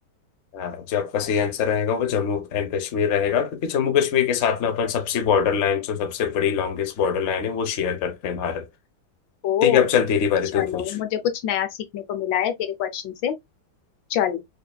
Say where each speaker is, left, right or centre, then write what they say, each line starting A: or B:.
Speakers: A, on the left; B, on the left.
A: हाँ जो आपका सही आंसर रहेगा वो जम्मू एंड कश्मीर रहेगा क्योंकि जम्मू कश्मीर के साथ में अपन सबसे बॉर्डर लाइन जो सबसे बड़ी लॉन्गेस्ट बॉर्डर लाइन है वो शेयर करते हैं भारत
B: ओ
A: ठीक है अब चल तेरी बारी
B: चलो
A: तो पूछ
B: मुझे कुछ नया सीखने को मिला है तेरे क्वेश्चन से चल